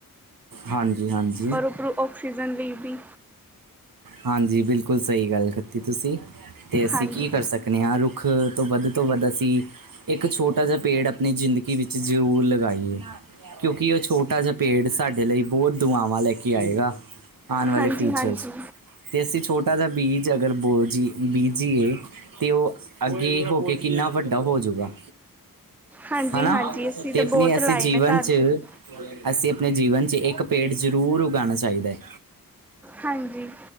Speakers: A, on the right; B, in the centre.
A: ਹਾਂਜੀ-ਹਾਂਜੀ
B: ਔਰ ਉੱਪਰੋ ਆਕਸੀਜਨ ਬੀ ਪੀ
A: ਹਾਂਜੀ, ਬਿਲਕੁਲ ਸਹੀ ਗੱਲ ਕੀਤੀ ਤੁਸੀ ਤੇ ਅਸੀ
B: ਹਾਂਜੀ
A: ਕੀ ਕਰ ਸਕਦੇ ਨੇ ਆ ਰੁੱਖ ਤੋਂ ਵੱਧ ਤੋਂ ਵੱਧ ਅਸੀ ਇੱਕ ਛੋਟਾ ਜਿਹਾ, ਪੇੜ ਆਪਣੀ ਜ਼ਿੰਦਗੀ ਵਿੱਚ ਜ਼ਰੂਰ ਲਗਾਈਏ। ਕਿਉਂਕਿ, ਉਹ ਛੋਟਾ ਜਿਹਾ ਪੇਂਟ ਸਾਡੇ ਲਈ ਬਹੁਤ ਦੁਆਵਾਂ ਲੈ ਕੇ ਆਏਗਾ। ਆਉਣ ਵਾਲੇ
B: ਹਾਂਜੀ
A: ਫਿਊਚਰ
B: ਹਾਂਜੀ
A: ਚ ਤੇ ਅਸੀ ਛੋਟਾ ਜਿਹਾ ਬੀਜ ਅਗਰ ਬੋਜੀ ਬੀਜੀਏ। ਤੇ ਉਹ ਅੱਗੇ ਹੋ ਕੇ ਕਿੰਨਾ ਵੱਡਾ ਹੋਜੂਗਾ।
B: ਹਾਂਜੀ
A: ਹਨਾ
B: ਹਾਂਜੀ ਅਸੀਂ
A: ਤੇ
B: ਤਾਂ
A: ਆਪਣੀ
B: ਬਹੁਤ
A: ਅਸੀ
B: ਲਾਏ
A: ਜੀਵਨ
B: ਨੇ ਘਰ
A: ਚ
B: ਵੀ
A: ਅਸੀਂ ਆਪਣੇ ਜੀਵਨ ਚ ਇੱਕ ਪੇੜ ਜ਼ਰੂਰ ਉਗਾਉਣਾ ਚਾਹੀਦਾ ਹੈ।
B: ਹਾਂਜੀ